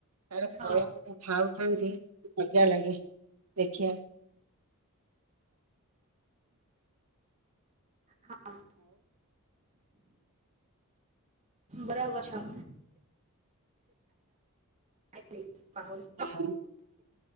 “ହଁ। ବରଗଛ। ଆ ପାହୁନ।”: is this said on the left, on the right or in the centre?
Right